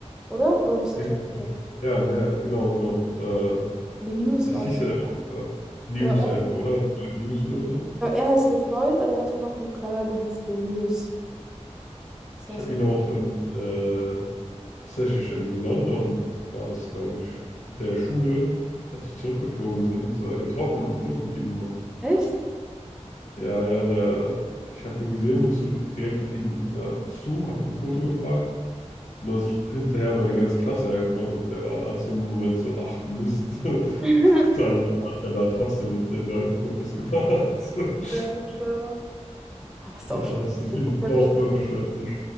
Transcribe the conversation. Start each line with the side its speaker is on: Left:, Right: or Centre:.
Centre: oder? Oder Mister
Left: Le-
Centre: Traffic.
Left: Ja, Lehr, genau, genau. Äh,
Centre: Le News
Left: das, das
Centre: war.
Left: hieß ja auch äh, News
Centre: Genau, er,
Left: einfach, oder? News oder so.
Centre: genau, er heißt LeFloid, aber er hatte noch einen Kanal, der hieß Le News. Das
Left: Ich
Centre: heißt,
Left: habe ihn auch in, äh, tatsächlich in London, war das, glaube ich, mit der Schule, als wir zurückgeflogen sind, äh, getroffen und ein Foto mit ihm gemacht.
Centre: echt?
Left: Ja, ja, der, ich habe den gesehen, bin zurück direkt auf ihn äh, zu, habe ein Foto gefragt. Und dann ist hinterher meine ganze Klasse hergekommen und der war hat so einen Moment so, ach Mist. <laughs> Und
Centre: <laughs>
Left: Dann hat er aber trotzdem mit den Leuten Fotos gemacht. <laughs>
Centre: Ja, klar. Aber ist
Left: Ja,
Centre: auch
Left: das
Centre: schon
Left: ist natürlich
Centre: eine komplette
Left: auch
Centre: Sch
Left: voll verständlich.